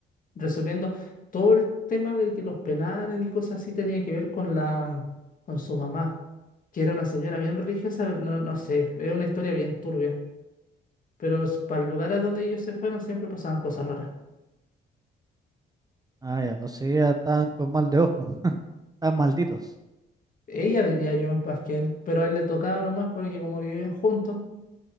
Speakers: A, on the left (about 45°); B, on the right (about 20°).
A: resolviendo, todo el tema de que los penaran y cosas así tenía que ver con la, con su mamá. que era una señora bien religiosa, pero no, no sé, es una historia bien turbia. Pero s- para el lugar a donde ellos se fueron siempre pasaban cosas raras.
B: Ah, ya, los seguía estaban con mal de ojo. <laughs> Están malditos.
A: Ella diría yo más que él, pero a él le tocaba nomás porque como viven juntos,